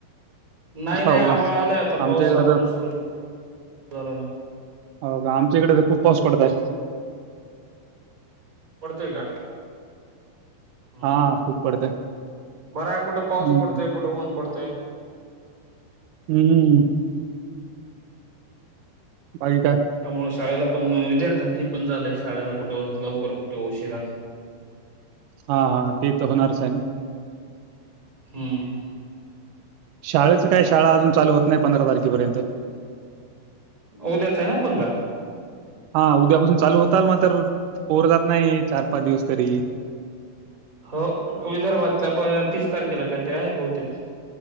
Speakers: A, on the right (about 20°); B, on the right (about 90°).
A: नाही नाही
B: हो
A: आभाळ
B: का
A: आलाय आता
B: आमच्या
A: पाऊस
B: इकडे
A: अजून
B: तर
A: सुरू झाला नाही
B: हो का आमच्याकडे तर खूप पाऊस पडत आहे
A: पडते का हम्
B: हा
A: ह
B: खूप पडत आहे
A: बरा आहे कुठं पाऊस
B: हम्म
A: पडतय कुठं ऊन पडतय
B: हम्म बा का
A: त्यामुळे शाळेला पण विद्यार्थ्यां हे पण झाले शाळेला कुठे लवकर कुठे उशिरा
B: हा हा ते तर होणारच आहे ना
A: हम्म
B: शाळेचं काय शाळा अजून ल होत नाही पंधरा तारखेपर्यंत
A: उद्याच आहे ना पंधरा
B: हा उद्यापासून चालू होताल म तर पोर जात नाही चार पाच दिवस तरी
A: हो विदर्भातल्या पण तीस तारखेला काहीतरी आहे बहुतेक